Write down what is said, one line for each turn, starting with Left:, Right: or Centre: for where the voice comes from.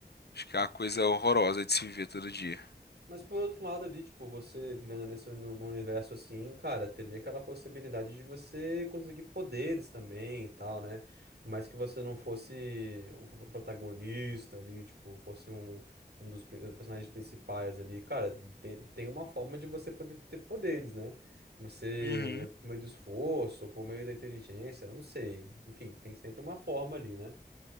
Left: acho que é uma coisa horrorosa de se viver todo dia.
Right: Mas por outro lado ali, tipo, você vivendo nesse no num universo assim, cara, teria aquela possibilidade de você conseguir poderes também e tal, né? Mas que você não fosse o pro- protagonista ali, tipo, fosse um, um dos pri- personagens principais ali. Cara, tem, tem uma forma de você poder ter poderes, né? Você,
Left: Uhum.
Right: por meio do esforço, por meio da inteligência, eu não sei. Enfim, tem sempre uma forma ali, né?